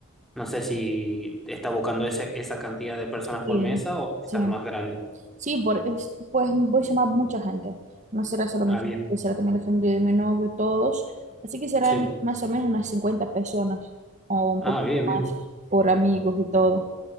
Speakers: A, in the centre; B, on the right.
A: No sé si está buscando ese- esa cantidad de personas por
B: Sí,
A: mesa o estás
B: sí,
A: más grande.
B: sí, por, es- pues voy a llamar mucha gente. No será solo
A: Ah,
B: mi familia,
A: bien.
B: será también la familia de mi novio, todos. Así que serán
A: Sí.
B: más o menos unas 50 personas o un
A: Ah,
B: poquito
A: bien, bien.
B: más por amigos y todo.